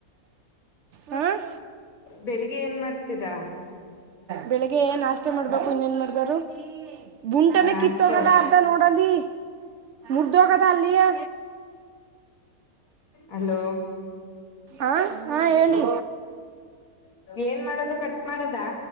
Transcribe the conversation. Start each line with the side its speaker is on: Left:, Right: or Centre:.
Right: ಹಾಂ
Left: ಬೆಳಿಗ್ಗೆ ಏನ್ ಮಾಡ್ತೀರಾ
Right: ಬೆಳಿಗ್ಗೆಯೆ ನಾಷ್ಟ ಮಾಡ್ಬೇಕು ಇನ್ನೇನ್ ಮಾಡ್ದಾರು ಬುಂಟನ
Left: ನಾಷ್ಟ
Right: ಕಿತ್ತೋಗದ ಅರ್ಧ ನೋಡಲ್ಲಿ ಮುರ್ದೋ ಕದಾಲ ಆಲಿಯೇ
Left: ಹಲೋ
Right: ಅಂ ಅಂ ಹೇಳಿ
Left: ಏನ್ ಮಾಡೋದು ಕಟ್ ಮಾಡದಾ